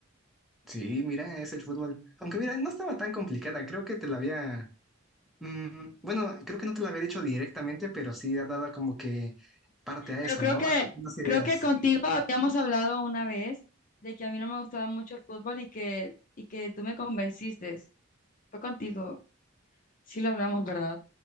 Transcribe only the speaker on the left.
Pero
creo
que,
creo que contigo habíamos hablado una vez de que a mí no me gustaba mucho el fútbol y que, y que tú me convenciste. Fue contigo. Sí lo hablamos, ¿verdad?